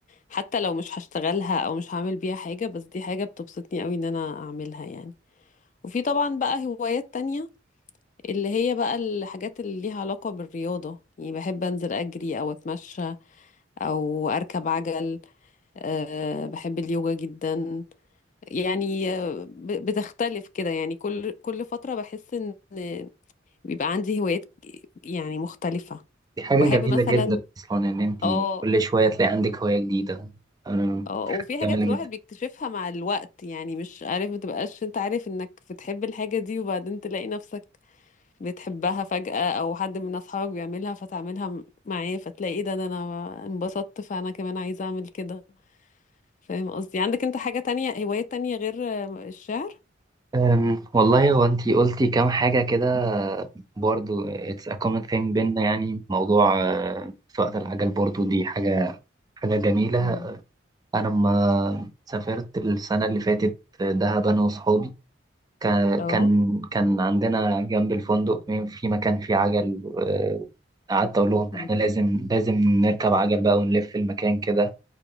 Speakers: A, on the left; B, on the right.
A: حتى لو مش هشتغلها أو مش هعمل بيها حاجة بس دي حاجة بتبسطني قوي إن أنا أعملها يعني وفي طبعا بقى هوايات تانية اللي هي بقى الحاجات اللي ليها علاقة بالرياضة يعني بحب أنزل أجري أو أتمشى أو أركب عجل أه بحب اليوجا جدا يعني آه، ب- بتختلف كده يعني كل كل فترة بحس إن بيبقى عندي هوايات يعني مختلفة
B: دي حاجة
A: وبحب
B: جميلة
A: مثلا
B: جدا أصلا إن أنت
A: اه
B: كل شوية تلاقي عندك هواية جديدة أنا
A: اه
B: حاجة
A: وفي حاجات
B: جميلة
A: الواحد
B: جدا
A: بيكتشفها مع الوقت يعني مش عارف متبقاش انت عارف انك بتحب الحاجة دي وبعدين تلاقي نفسك بتحبها فجأة أو حد من أصحابك بيعملها فتعملها م- معاه فتلاقي إيه ده ده أنا انبسطت فأنا كمان عايزة أعمل كده فاهم قصدي عندك أنت حاجة تانية هوايات تانية غير آه، الشعر؟
B: أم، والله هو أنت قلتي كام حاجة كده برضو it's a common thing بينا يعني موضوع آه، سواقة العجل برضو دي حاجة حاجة جميلة
A: مم.
B: أنا لما سافرت السنة اللي فاتت دهب أنا وصحابي كان
A: اه
B: كان كان عندنا جنب الفندق مين- في مكان فيه عجل آه، قعدت أقول لهم
A: مم.
B: إحنا لازم لازم نركب عجل بقى ونلف المكان كده